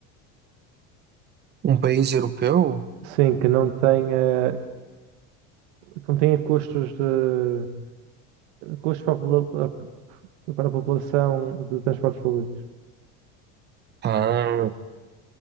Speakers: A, on the right (about 30°); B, on the right (about 80°).
A: Um país europeu?
B: Sim, que não tenha, que não tenha custos de custos para a, popula- para a população de transportes públicos.
A: Ah,